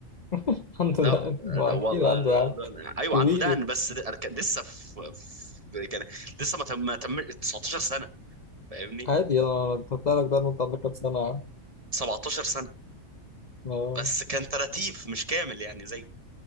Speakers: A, on the left (about 45°); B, on the right (about 30°).
A: <laughs> عنده
B: لا
A: ده ما
B: ده
A: اكيد
B: والله
A: عنده
B: ده-
A: يا عم
B: ده- ايوه
A: كبير
B: عنده دقن بس ده- كان لسه في, في كان لسه ما تم ما تم 19 سنه فاهمني
A: عادي انا بطلع لك ده إن انت عندك كام سنة يا عم
B: 17 سنه
A: آه.
B: بس كان تراتيف مش كامل يعني زي